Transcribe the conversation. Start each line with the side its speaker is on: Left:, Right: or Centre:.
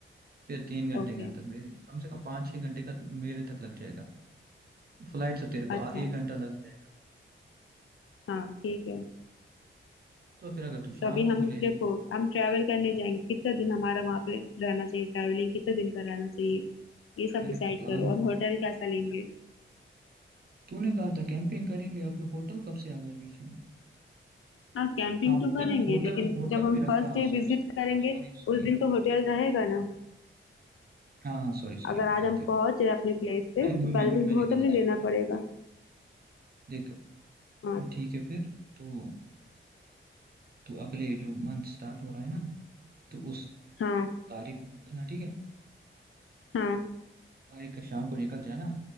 Right: फिर तीन घंटे
Left: ओके
Right: के अंदर मेरे कम से कम पाँच छह घंटे का मेरे तक लग जाएगा फ्लाइट से तेरे को
Left: अच्छा
Right: आ, एक घंटा लग जाएगा
Left: हाँ ठीक है
Right: तो फिर अगर तू शाम
Left: तो अभी
Right: को
Left: हम
Right: भी ले लेगी
Left: देखो हम ट्रैवल करने जाएंगे कितने दिन हमारा वहाँ पे रहना चाहिए ट्रैवलिंग कितने दिन का रहना चाहिए ये सब
Right: मैंने
Left: डिसाइड
Right: प्लान
Left: करो और होटल कैसा लेंगे
Right: तूने कहा था कैंपिंग करेंगे अभी होटल कब से आ गया बीच में
Left: हाँ कैंपिंग
Right: हाँ होटल
Left: तो करेंगे
Right: होटल
Left: लेकिन
Right: होटल
Left: जब हम
Right: भी रखा
Left: फर्स्ट
Right: हाँ
Left: डे विजिट
Right: सॉरी सॉरी
Left: करेंगे
Right: सॉरी सॉरी
Left: उस दिन
Right: यार
Left: तो होटल रहेगा ना
Right: हाँ हाँ सॉरी सॉरी
Left: अगर आज
Right: गलती
Left: हम
Right: हो
Left: पहुंच
Right: गई
Left: रहे अपने प्लेस पे
Right: नहीं
Left: तो
Right: मुझे
Left: पहले
Right: मैं, मुझे-
Left: दिन
Right: मैंने
Left: तो होटल
Right: गलत
Left: ही
Right: सोच
Left: लेना
Right: लिया
Left: पड़ेगा
Right: ओके देख
Left: हाँ
Right: ठीक है फिर तो तो अगले जो मंथ स्टार्ट हो रहा है ना तो उस
Left: हाँ
Right: तारीख को निकलना ठीक है
Left: हाँ
Right: तारीख का शाम को निकल जाना